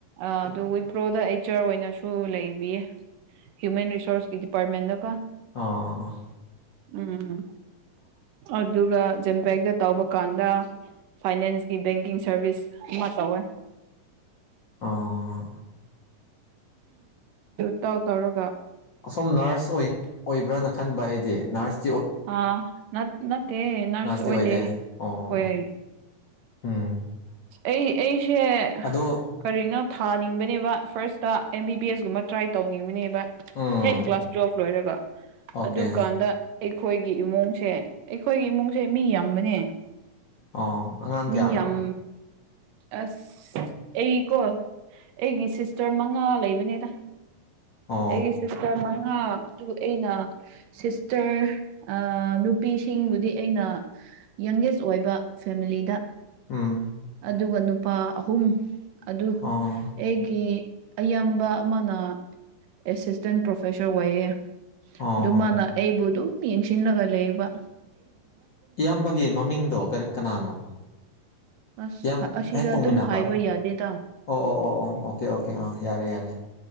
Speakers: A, on the right (about 75°); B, on the left (about 50°).
A: ꯑꯗꯨ ꯋꯤꯄ꯭ꯔꯣꯗ ꯑꯩꯆ ꯑꯔ ꯑꯣꯏꯅꯁꯨ ꯂꯩꯕꯤꯌꯦ ꯍ꯭ꯌꯨꯃꯦꯟ ꯔꯤꯁꯣꯔꯁꯀꯤ ꯗꯤꯄꯥꯔꯠꯃꯦꯟꯗꯀꯣ
B: ꯑꯥ ꯑꯥ ꯑꯥ
A: ꯎꯝ ꯑꯗꯨꯒ ꯖꯦꯝꯄꯦꯛꯛꯇ ꯇꯧꯕ ꯀꯥꯟꯗ ꯐꯥꯏꯅꯥꯟꯁꯀꯤ ꯕꯦꯡꯀꯤꯡ ꯁꯥꯔꯚꯤꯁ ꯑꯃ ꯇꯧꯋꯦ
B: ꯑꯥ
A: ꯇ ꯇꯔ
B: ꯑꯁꯣꯝ ꯅꯔꯁ ꯑꯣꯏꯕ꯭ꯔꯅ ꯈꯟꯕ ꯑꯩꯗꯤ ꯅꯔꯁ
A: ꯑꯥ ꯅꯠꯇꯦ ꯅꯔꯁ
B: ꯅꯔꯁꯇꯤ
A: ꯑꯣꯏꯗꯦ
B: ꯑꯣ ꯑꯣ
A: ꯍꯣꯏ ꯑ
B: ꯎꯝ
A: ꯑꯩ ꯑꯩꯁꯦ
B: ꯑꯗꯣ
A: ꯀꯔꯤꯅꯣ ꯊꯥꯅꯤꯡꯕꯅꯦꯕ ꯐꯥꯔꯁꯇ ꯑꯦꯝ ꯕꯤ ꯕꯤ ꯑꯦꯁꯒꯨꯝꯕ ꯇ꯭ꯔꯥꯏ ꯇꯧꯅꯤꯡꯕꯅꯦꯕ
B: ꯎꯝ
A: ꯍꯦꯠ ꯀ꯭ꯂꯥꯁ ꯇꯨꯋꯦꯜꯐ ꯂꯣꯏꯔꯒ
B: ꯑꯣꯀꯦ
A: ꯑꯗꯨꯀꯥꯟꯗ ꯑꯩꯈꯣꯏꯒꯤ ꯏꯃꯨꯡꯁꯦ ꯑꯩꯈꯣꯏꯒꯤ ꯏꯃꯨꯡꯁꯦ ꯃꯤ ꯌꯥꯝꯕꯅꯦ
B: ꯑꯣ ꯑꯉꯥꯡ
A: ꯃꯤ
B: ꯀꯌꯥꯅꯣ
A: ꯌꯥꯝ ꯑꯁ ꯑꯩ ꯀꯣ ꯑꯩꯒꯤ ꯁꯤꯁꯇꯔ ꯃꯉꯥ ꯂꯩꯕꯅꯤꯅ
B: ꯑꯣ
A: ꯑꯩꯒꯤ ꯁꯤꯁꯇꯔ ꯃꯉꯥ ꯑꯗꯨ ꯑꯩꯅ ꯁꯤꯁꯇꯔ ꯅꯨꯄꯤꯁꯤꯡꯕꯨꯗꯤ ꯑꯩꯅ ꯌꯪꯒꯦꯁ ꯑꯣꯏꯕ ꯐꯦꯃꯤꯂꯤꯗ
B: ꯎꯝ
A: ꯑꯗꯨꯒ ꯅꯨꯄꯥ ꯑꯍꯨꯝ ꯑꯗꯨ
B: ꯑꯣ
A: ꯑꯩꯒꯤ ꯑꯌꯥꯝꯕ ꯑꯃꯅ ꯑꯦꯁꯤꯁꯇꯦꯟ ꯄ꯭ꯔꯣꯐꯦꯁꯔ ꯑꯣꯏꯌꯦ
B: ꯑꯣ
A: ꯑꯗꯨꯃꯅ
B: ꯑꯣ
A: ꯑꯩꯩꯕꯗꯨ ꯌꯦꯡꯁꯤꯟꯂꯒꯂꯦꯕ
B: ꯏꯌꯥꯝꯕꯒꯤ ꯃꯃꯤꯡꯗꯣ ꯀꯔꯤ ꯀꯅꯥꯅꯣ
A: ꯑꯁ
B: ꯌꯥꯝ
A: ꯑꯁꯤꯗ
B: ꯍꯦꯛ ꯄꯧꯃꯤꯟꯅꯕ
A: ꯑꯗꯨꯝ ꯍꯥꯏꯕ ꯌꯥꯗꯦꯗ
B: ꯑꯣ ꯑꯣ ꯑꯣ ꯑꯣ ꯑꯣꯀꯦ ꯑꯣꯀꯦ ꯑꯥ ꯌꯥꯔꯦ ꯌꯥꯔꯦ